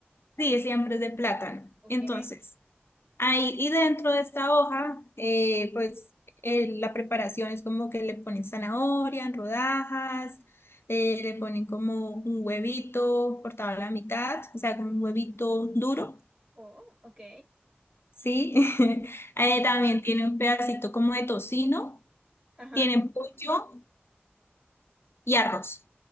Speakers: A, on the left; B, on the right.
A: Sí, siempre es de plátano.
B: Ok.
A: Entonces, ahí y dentro de esta hoja, eh, pues eh, la preparación es como que le ponen zanahoria en rodajas, eh, le ponen como un huevito cortado a la mitad, o sea, como un huevito duro,
B: Oh, ok.
A: ¿sí? <laughs> Eh, también tiene un pedacito como de tocino,
B: Ajá.
A: tienen pollo y arroz.